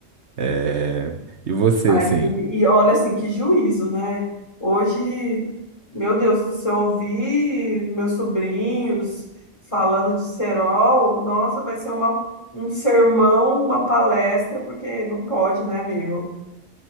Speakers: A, on the right; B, on the left.
A: É, E você,
B: Ai,
A: assim?
B: amiga, e olha assim, que juízo, né? Hoje, meu Deus, se eu ouvir meus sobrinhos falando de cerol, nossa, vai ser uma, um sermão, uma palestra, porque não pode, né, meu?